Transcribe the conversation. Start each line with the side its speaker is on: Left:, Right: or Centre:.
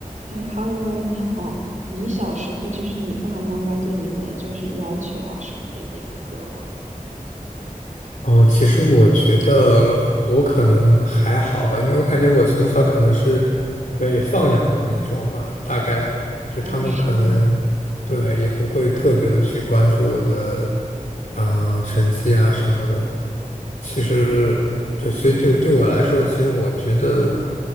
Right: 哎，Hello，你好。你小时候就是你爸爸妈妈对你的就是要求啊什么的严格吗？
Left: 嗯，其实我觉得我可能还好吧，因为我感觉我从小可能是被放养的那种吧，大概就他们可能对也不会特别的去关注我的
Right: 哦，是吗？
Left: 嗯，成绩啊什么的。其实对，所以对对我来说，其实我觉得，